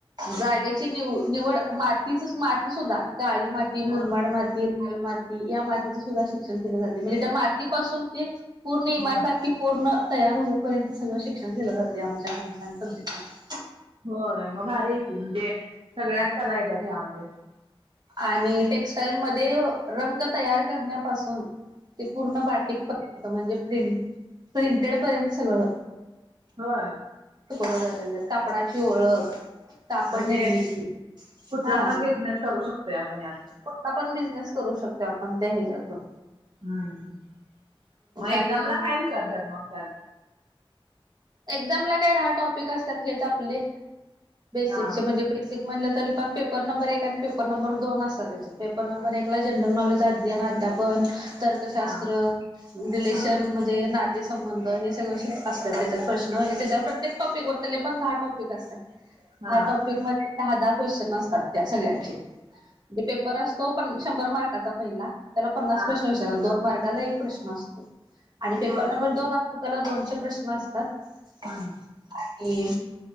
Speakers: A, on the right (about 45°); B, on the right (about 75°).
A: जागेची निव निवड मातीच, माती सुद्धा काळी माती,
B: हा
A: मुरमाड माती लाल माती या मातीचं सुद्धा शिक्षण दिले जाते म्हणजे त्या मातीपासून ते पूर्ण इमारत
B: हम्म.
A: की आखी पूर्ण तयार होऊपर्यंत सगळं शिक्षण दिलं जाते आमच्या पंचायत समितीला
B: हो मग भारी आहे की म्हणजे सगळ्याचं कला येतात ह्यामध्ये.
A: आणि टेक्स्टाइल मध्ये रंग तयार करण्यापासून ते पूर्ण बारटेक पर्यंत म्हणजे प्रं प्रिंटेड पर्यंत सगळं.
B: होय.
A: शिकवल जातं त्यात कापडाची ओळख कापड
B: म्हणजे
A: निर्मिती
B: कुठला
A: हा
B: पण बिझनेस करू शकतोय आपण यात
A: कुठला पण बिझनेस करू शकतोय आपण त्या ह्याज्यातून
B: हा हूं म एक्झामला
A: आणि
B: काय विचारत्यात मग त्यात
A: एक्झामला काय दहा टॉपिक असत्यात हेच आपले बेसिकचे
B: हा
A: म्हणजे बेसिक म्हणलं तरी पण पेपर नंबर एक आणि पेपर नंबर दोन असतात त्याच्यात पेपर नंबर एकला जनरल नॉलेज सद्यान अद्यापण तर्कशास्त्र
B: हा
A: रिलेशन
B: हा
A: म्हणजे नातेसंबंध हे सगळं शिक असत्यात त्यांच् ते प्रश्न हे त्याच्यावर प्रत्येक टॉपिक वर तले पण दहा टॉपिक असतात
B: हा
A: दहा टॉपिक म ते दहा दहा क्वेश्चन असतात त्या सगळ्यांचे दे पेपर असतो पन् शंभर मार्काचा पहिला त्याला पन्नास
B: हा
A: प्रश्न वि त्याला दोन मार्काला एक प्रश्न असतो आणि पेपर
B: होय
A: नंबर दोन असतो त्याला दोनशे प्रश्न अस तात.
B: हा
A: आणि